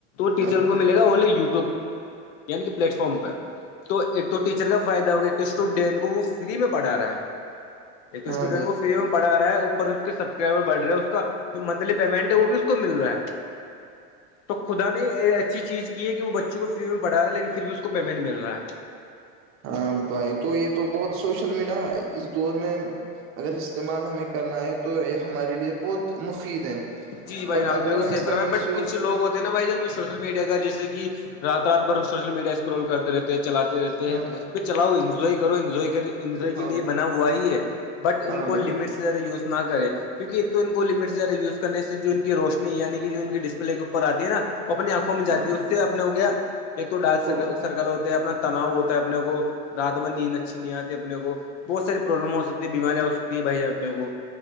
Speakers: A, on the left; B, on the right.
A: ٹیچروں
B: ارے
A: کو ملے گا اونلی و وب یعنی کہ پلیٹ فارم پہ تو ایک تو ٹیچر کا فائدہ ہوگا ایک تو اسٹوڈینٹ کو وہ فری میں پڑھا رہا ہے ایک تو
B: ہاں
A: اسٹوڈنٹ
B: بھائی
A: کو فری میں پڑا رہا ہے اوپر اس کے سب سے بڑھ رہا ہے اس کا جو منتھلی پیمنٹ ہے وہ بھی اس کو مل رہا ہے تو خدا نے ایچسی چیز کی ہے کہ وہ بچوں کو فری میں پڑھا ہے لیکن پھر بھی اس کو پیمنٹ مل رہا ہے
B: ہاں بھائی تو یہ تو بہت سوشل میڈیا اس دور میں اگر استعمال ہمیں کرنا ہے تو یہ ہمارے لیے بہت مفید ہے
A: جی بھائی
B: بٹ
A: جب
B: اگر
A: بالکل
B: ہم
A: صی
B: اس کا
A: فرم ہے
B: مس
A: بٹ
B: یوز
A: کچ لوگ ہو نا بھائی جان جو سوشل میڈیا جیے کہ رات رات بھر سوشل میڈیا اسکرول کرتے رہتے ہیں چلاتے رہتے
B: ہاں
A: ہیں
B: بھائی
A: ب چلاؤ انجوائے کرو انجوائے انجوائے کے
B: ہاں
A: لیے
B: بھائی
A: بنا ہوا ہی ہے بٹ ان
B: ہاں
A: کو
B: بھائی
A: لمٹ سے زیادہ یوز نہ کرے کیونکہ ایک تو ان کو لمٹس وزنے سے جو ان کی روشنی یعنی کہ جو ان کی ڈسپلے کے اوپر آتی ہے نا وہ اپنی آنکھوں میں جاتی
B: ہاں
A: ہے اس سے اپنے ہو گیا ایک تو ڈارک
B: تھوڑا
A: سرکل سرکل ہوتا ہے اپنا تناؤ ہوتا ہے اپنے کو رات میں نیند اچھی نہیں آتی اپنے کو بہت ساری پرابلم ہو سکتی ہے بیمارییاں ہو سکتی ہے بھائی جان اپنے کو